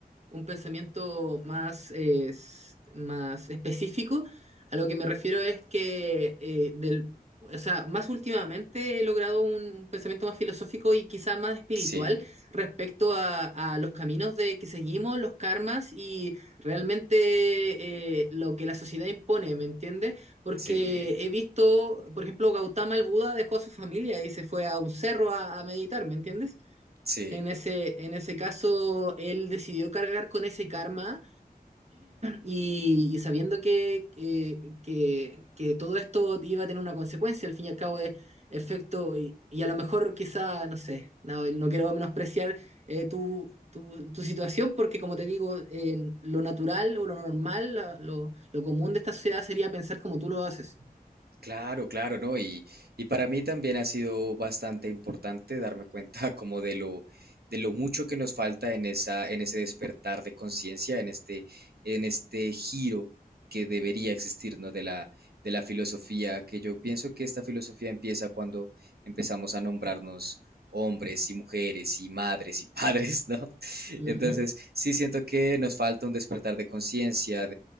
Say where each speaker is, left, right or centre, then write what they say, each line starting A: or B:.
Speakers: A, on the right; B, on the right.
A: un pensamiento más, eh, s- más específico. A lo que me refiero es que, eh, del, o sea, más últimamente he logrado un pensamiento más filosófico y quizá más espiritual
B: Sí,
A: respecto a, a los caminos de que seguimos, los karmas y realmente eh, lo que la sociedad impone, ¿me entiendes? Porque
B: sí,
A: he visto, por ejemplo, Gautama el Buda dejó a su familia y se fue a un cerro a, a meditar, ¿me entiendes?
B: sí.
A: En ese, en ese caso, él decidió cargar con ese karma y, y sabiendo que, que, que- que todo esto iba a tener una consecuencia, al fin y al cabo es efecto, y, y a lo mejor quizá, no sé, no, no quiero menospreciar eh, tu, tu- tu situación porque como te digo, eh, lo natural o lo normal, la- lo, lo común de esta sociedad sería pensar como tú lo haces.
B: Claro, claro, ¿no? Y, y para mí también ha sido bastante importante darme cuenta <laughs> como de lo, de lo mucho que nos falta en esa, en ese despertar de conciencia, en este, en este giro que debería existir, ¿no? De la, de la filosofía, que yo pienso que esta filosofía empieza cuando empezamos a nombrarnos hombres y mujeres y madres y padres, ¿no? <laughs>
A: Ujú,
B: Entonces, sí siento que nos falta un despertar de conciencia,